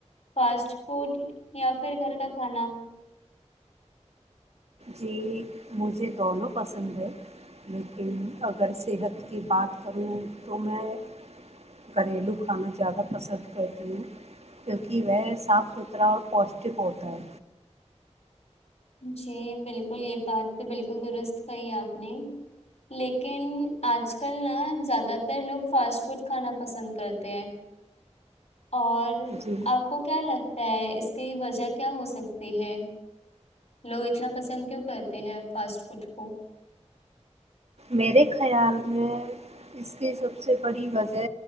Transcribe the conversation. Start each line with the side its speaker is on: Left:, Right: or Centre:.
Left: فاسٹ فوڈ یا پھر گھر کا کھانا
Right: جی مجھے دونوں پسند ہے لیکن اگر صحت کی بات کروں تو میں گھریلو کھانا زیادہ پسند کرتی ہوں کیونکہ وہ صاف ستھرا اور پوشٹک ہوتا ہے
Left: جی بالکل یہ بات تو بالکل درست کہی آپ نے لیکن آج کل نا زیادہ تر لوگ فاسٹ فوڈ کھانا پسند کرتے ہیں اور
Right: جی
Left: آپ کو کیا لگتا اس کی وجہ کیا ہو سکتی ہے لوگ اتنا پسند کیوں کرتے ہیں فاسٹ فوڈ کو
Right: میرے خیال میں اس کی سب سے بڑی وجہ